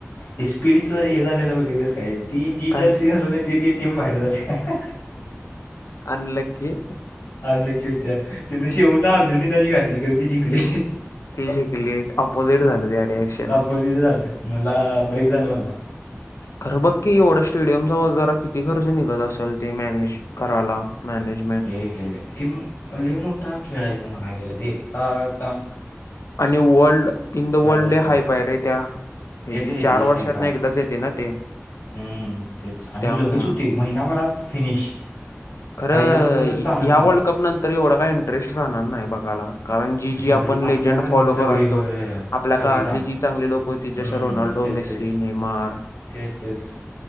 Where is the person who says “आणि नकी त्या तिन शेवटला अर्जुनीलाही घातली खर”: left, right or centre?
Left